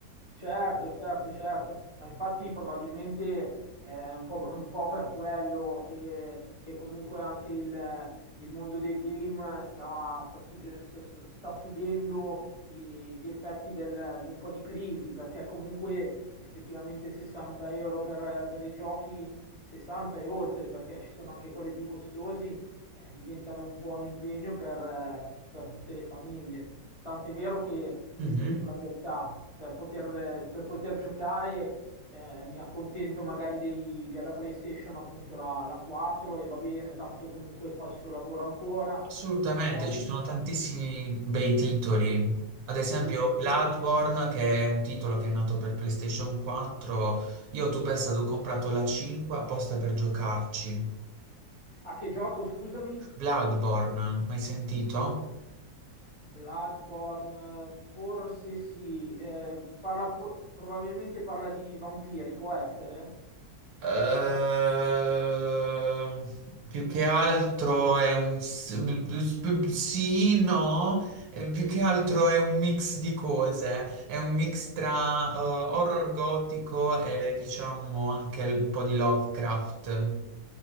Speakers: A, on the left; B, on the right.
A: Certo, certo, certo, ma infatti probabilmente è un po', un po' per quello che, che comunque anche il, il mondo del game sta, sta sugge- sta- sta subendo i- gli effetti del- di un po' di crisi, perché comunque effettivamente 60 euro per, per i giochi, 60 e oltre, perché ci sono anche quelli più costosi, eh, diventano un po' un impegno per per tutte le famiglie. Tant'è vero che io
B: <laughs>
A: ti dico la verità, per poter, per poter giocare eh, mi accontento magari dei- della PlayStation, appunto la, la 4 e va bene, tanto comunque fa il suo lavoro ancora.
B: Assolutamente,
A: E poi
B: ci sono tantissimi bei titoli. Ad esempio
A: assolutamente.
B: Bloodborne, che è un titolo che è nato per PlayStation 4. Io tu pensa, ho comprato la 5 apposta per giocarci.
A: A che gioco, scusami?
B: Bloodborne, mai sentito?
A: Bloodborne, eh, forse sì, eh, parla fo- probabilmente parla di vampiri, può essere?
B: Ehm, più che altro è un s- b- b- b- sì, no, Eh, più che altro è un mix di cose, è un mix tra eh, horror gotico e diciamo anche un po' di Lovecraft.